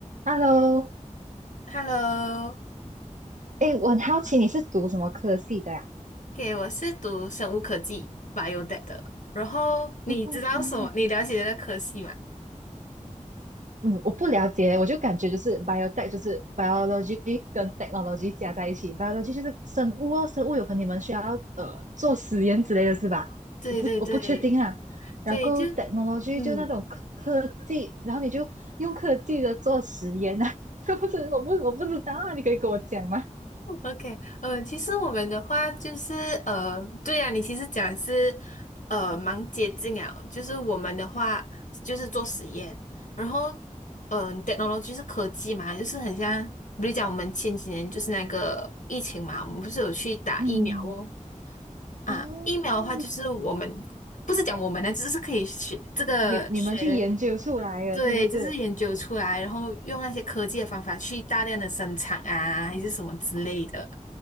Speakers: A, on the right; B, on the left.
A: Hello，
B: Hello，OK，
A: 哎，我很好奇你是读什么科系的呀？
B: 我是读生物科技 Biotech 的。然后你知道什么？
A: 嗯，
B: 你了解的科系吗？
A: 嗯我不了解，我就感觉就是 biotech 就是 biology 跟 technology 加在一起，biology 就是生物哦，生物有可能你们需要呃做实验之类的是吧？
B: 对对对
A: 我不我不确定啊。然后
B: 对，就
A: technology
B: 嗯
A: 就那种科科技，然后你就用科技的做实验啊，<laughs> 是不是？我不我不知道啊，你可以跟我讲吗？<laughs>
B: ，OK，呃，其实我们的话就是呃，对啊，你其实讲是呃蛮接治疗，就是我们的话就是做实验，然后嗯、呃、，technology 是科技嘛，就是很像，比如讲我们前几年就是那个疫情嘛，我们不是有去打疫苗哦。
A: 嗯，
B: 啊，
A: 哦，
B: 疫苗的话就是我们不是讲我们呢，就是可以学这个学，
A: 你你们去研究出来了是不是？
B: 对，就是研究出来，然后用那些科技的方法去大量的生产啊，还是什么之类的。
A: 哦，